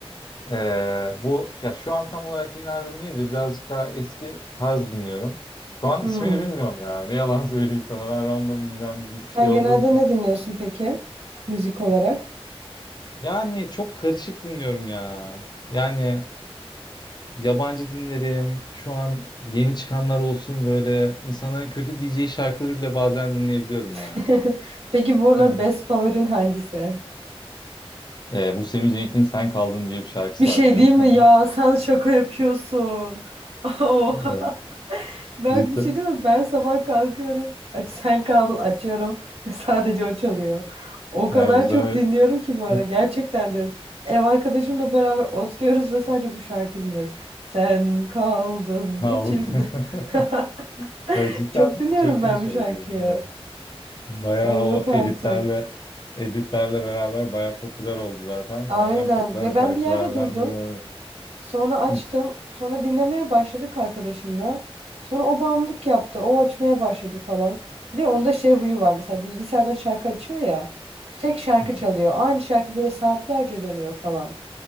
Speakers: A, on the left; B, on the right.
A: Ee, bu ya şu an tam olarak yeni albüm değil de birazcık daha eski tarz dinliyorum. Şu an
B: Hmm.
A: ismini bilmiyorum ya. Ne yalan <laughs> söyleyeyim sana. Ben random dinleyen bir
B: Sen
A: şey olduğum
B: genelde
A: için.
B: ne dinliyorsun peki? Müzik olarak.
A: Yani çok karışık dinliyorum ya. Yani yabancı dinlerim. Şu an yeni çıkanlar olsun böyle insanların kötü diyeceği şarkıları bile bazen dinleyebiliyorum
B: <laughs>
A: ya.
B: Peki bu aralar
A: Yani
B: best favorin hangisi?
A: Ee, bu Sammy Cenk'in Sen Kaldın diye bir şarkısı
B: Bir şey
A: var biliyor
B: değil
A: musun
B: mi
A: onu?
B: ya? Sen şaka yapıyorsun. <laughs> Oha.
A: Evet,
B: Berk
A: cidden.
B: bir şey değil mi? Ben sabah kalkıyorum. Aç, sen kaldın açıyorum. <laughs> Sadece o çalıyor. O kadar
A: Ya güzel
B: çok dinliyorum ki bu ara.
A: <laughs>
B: Gerçekten diyorum. Ev arkadaşımla beraber oturuyoruz ve sadece bu şarkıyı dinliyoruz. Sen kaldın
A: aldı.
B: içimde.
A: <laughs>
B: <laughs>
A: Ya cidden
B: Çok dinliyorum
A: çok
B: ben
A: iyi şarkı.
B: bu şarkıyı.
A: Evet. Bayağı
B: Ay
A: o
B: yok artık.
A: editlerle editlerle beraber bayağı popüler oldu zaten.
B: Aynen.
A: Şu an en popüler
B: Ya
A: şarkılardan
B: ben bir yerde duydum.
A: biri. oluyor.
B: Sonra açtım.
A: Hı,
B: Sonra dinlemeye başladık arkadaşımla. Sonra o bağımlılık yaptı. O açmaya başladı falan. Ve onda şey huyu var. Mesela bilgisayardan şarkı açıyor ya. Tek şarkı
A: hı,
B: çalıyor. Aynı şarkı böyle saatlerce dönüyor falan.